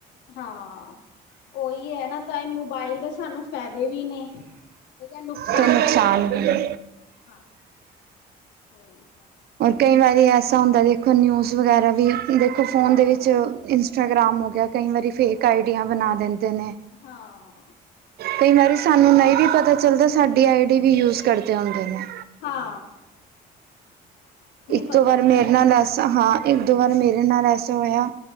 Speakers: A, on the left; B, on the right.
A: ਹਾਂ, ਓਈ ਐ ਨਾ ਤਾਈ ਮੋਬਾਇਲ ਦੇ ਸਾਨੂੰ ਫੈਦੇ ਵੀ ਨੇ ਓਦੈ ਨੁਕਸਾਨ
B: ਤੇ
A: ਵੀ ਨੇ,
B: ਵੀ ਹਾਂ।
A: ਹਾਂ ਓਈ
B: ਔਰ ਕਈ ਵਾਰੀ ਐਸਾ ਹੁੰਦੈ ਵੇਖੋ ਨਿਊਜ਼ ਵਗੈਰਾ ਵੀ ਦੇਖੋ ਫੋਨ ਦੇ ਵਿੱ 'ਚ ਇੰਸਟਾਗ੍ਰਾਮ ਹੋ ਗੇਆ ਕਈ ਵਾਰੀ ਫੇਕ ਆਈੜੀਆਂ ਬਨਾ ਦੇੰਦੇ ਨੇ
A: ਹਾਂ,
B: ਕਈ ਵਾਰੀ ਸਾਨੂੰ ਨਈ ਵੀ ਪਤਾ ਚੱਲਦਾ ਸਾਡੀ ਆਈ ਡੀ ਵੀ ਯੂਜ਼ ਕਰਦੇ ਹੋਂਦੇ ਨੇ
A: ਹਾ
B: ਇੱਕ-ਦੋ
A: ਪਤਾ
B: ਵਾਰ
A: ਹੁੰਦਾ।
B: ਮੇਰੇ ਨਾਲ ਐਸਾ ਹਾਂ ਇੱਕ-ਦੋ ਵਾਰ ਮੇਰੇ ਨਾਲ ਐਸਾ ਹੋਏਆ,